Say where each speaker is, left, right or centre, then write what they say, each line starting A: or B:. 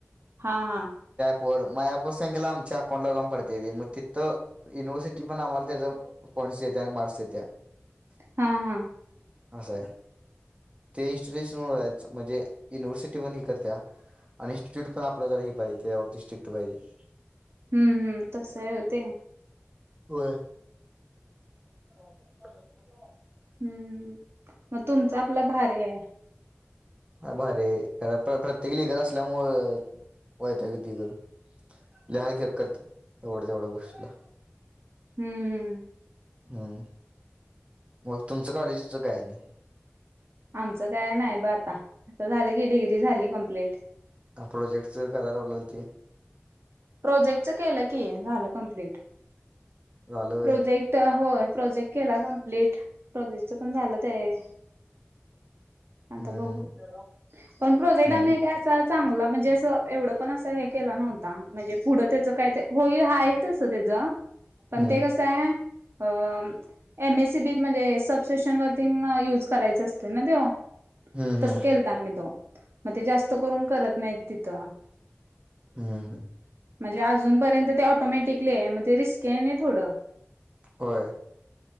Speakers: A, on the right; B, on the right.
A: हा हा
B: र मापसून गेला आमच्या अकाउंट ला जाऊन पडते मग तिथं युिव्हर्सिटी पण आम्हाला त्या स येत्या आणि मारस येत्या <inaudible>
A: हा हा
B: असं आहे ते इन्स्टिट्युशन वच म्हणजे युनिव्हर्सिटी पण ही करत. आणि इन्स्टिट्यूट पण आपल्या जर हे पाहिजे स्ट्रिक्ट पाहिजे.
A: हम्म हम्म तसय होते.
B: हो... हो..
A: हम्म मग तुमच आपला भार आहे...
B: ह भार ख प्रत्येक लिगल असल्यामुळे वैताग येतोय करून लय हाल क करत एवढ्या तेवढ्या गोष्टला.
A: हम्म हम्...
B: हम्म मग तुमचं कॉलेजीचं काय नाही...
A: आमचं काय नाही ब आता... आ झालं की डिग्री झाली कंप्लीट...
B: प्रोजेक्टच करायला लावलेलं ते
A: प्रोजेक्टच केलं की झालं कमप्लीट...
B: झालं व्हय
A: प्रोजेक्ट होय प्रोजेक्ट केला कंप्लीट... प्रोजेक्ट पण झालं ते आहे... आता
B: हम्म
A: बघू पण प्रोजेक्ट
B: हम्म
A: आम्ही काय अस... चांगला म्हणजे असं एवढं पण असं हे केला नव्हता... म्हणजे पुढं त्याचं काय ते होईल ह आहेच असं त्याचं पण
B: हम्म
A: ते कसं आहे... अ एमएससीबीत म्हणजे सब स्टेशन वरती युज करायचे असते ना ते...
B: हम्म
A: तस
B: हम्म
A: केलता आम्ही तो मग ते जास्त करून करत नाहीत तिथं...
B: हम् हम...
A: म्हणजे अजूनपर्यंत ते ऑटोमॅटिकली आहे मग ते रिस्क आहे ना थोडं...
B: होय...